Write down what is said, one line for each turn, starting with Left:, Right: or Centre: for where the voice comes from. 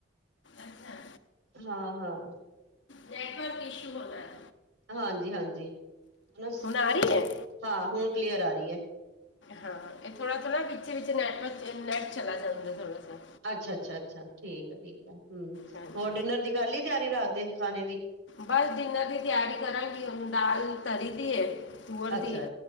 Left: ਅੱਛਾ
Right: ਹਾਂ -ਹਾਂ।
Left: ਨੈਟਵਰਕ ਇਸ਼ੂ ਹੁੰਦਾ ਹੈ।
Right: ਹਾਂਜੀ -ਹਾਂਜੀ। ਹਾਂ-
Left: ਆ ਰਹੀ ਹੈ
Right: ਹਾਂ, ਹੁਣ ਕਲੀਅਰ ਆ ਰਹੀ ਹੈ।
Left: ਹਾਂ। ਇਹ ਥੋੜਾ -ਥੋੜ੍ਹਾ ਵਿੱਚ- ਵਿਚ ਨੈਟਵਰਕ ਨੈਟ ਚਲਾ ਜਾਂਦਾ ਥੋੜਾ ਜਾਂ।
Right: ਅੱਛਾ- ਅੱਛਾ- ਅੱਛਾ, ਠੀਕ ਆ, ਠੀਕ ਆ ਹੂ,
Left: ਹਾਂਜੀ
Right: ਹੋਰ ਡਿਨਰ ਦੀ ਕਰ ਲਈ ਤਿਆਰੀ ਰਾਤ ਦੇ ਖਾਣੇ ਦੀ।
Left: ਬਸ ਡਿਨਰ ਦੀ ਤਿਆਰੀ ਕਰਾਂਗੀ ਹੁਣ ਦਾਲ ਤਰੀ ਦੀ ਹੈ। ਤੁਅਰ
Right: ਅੱਛਾ,
Left: ਦੀ